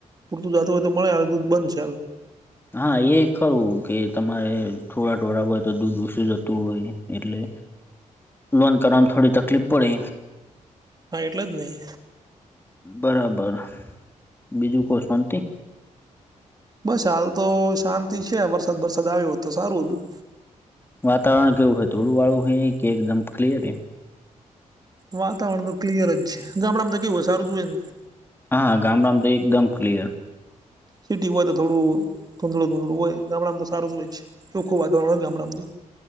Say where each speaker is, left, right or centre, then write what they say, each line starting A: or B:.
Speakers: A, on the right; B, on the left.
A: પૂરતું જતુ હોય તો મળે હાલ દૂધ બંન છે હાલ.
B: હા એ ખરું કે તમારે થોડા ઢોરા હોય તો દૂધ ઓછું જતું હોય એટલે. લોન કરવામ થોડી તકલીફ પડે.
A: હા એટલે જ નહી.
B: બરાબર, બીજું કો શાંતિ?
A: બસ હાલ તો શાંતિ છે વરસાદ વરસાદ આવ્યો સારું હતું.
B: વાતાવરણ કેવું હોય તોડું વાળું હ કે એકદમ ક્લિયર હે?
A: વાતાવરણ નું ક્લિયર જ છે ગામડામાં તો કેવું હોય સારું જ હોય ન.
B: હા ગામડામાં તો એકદમ ક્લિયર.
A: સિટી હોય તો થોડું ધુંધળું ધૂધળું હોય ગામડામાં તો સારું જ હોય છે. સોખું વાતાવરણ ગામડામનું તો.